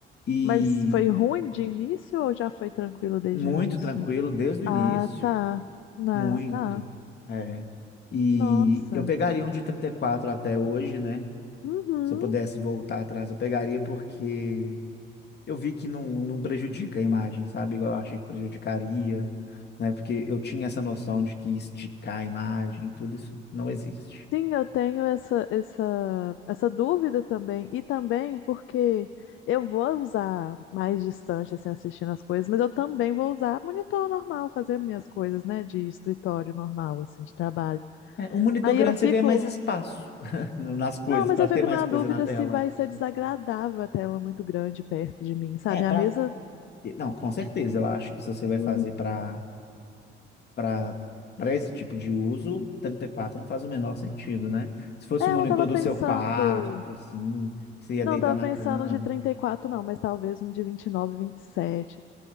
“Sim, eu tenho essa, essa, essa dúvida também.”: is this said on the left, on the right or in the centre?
Left